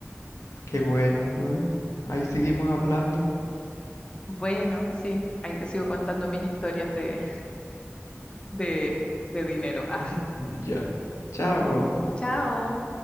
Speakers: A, on the left; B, on the left.
A: qué bueno, igual. Ahí seguimos hablando.
B: Bueno, sí, ahí te sigo contando mis historias de, de, de dinero. Ah,
A: <laughs> Ya. Chao.
B: chao.